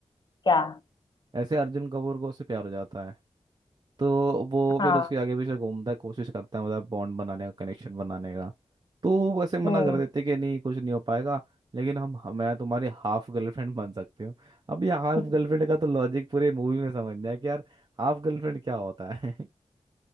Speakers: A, on the left; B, on the right.
A: क्या
B: ऐसे अर्जुन कपूर को उससे प्यार हो जाता है तो वो
A: हाँ
B: फिर उसके आगे पीछे घूमता है कोशिश करता है मतलब बॉन्ड बनाने का कनेक्शन बनाने का तो वो वैसे मना
A: हम्म
B: कर देते कि नहीं कुछ नहीं हो पाएगा लेकिन हम हम- मैं तुम्हारी हाफ गर्लफ्रेंड बन सकती हूँ अब ये हाफ
A: <laughs>
B: गर्लफ्रेंड का तो लॉजिक पूरे मूवी में समझना है कि यार हाफ गर्लफ्रेंड क्या होता है <laughs>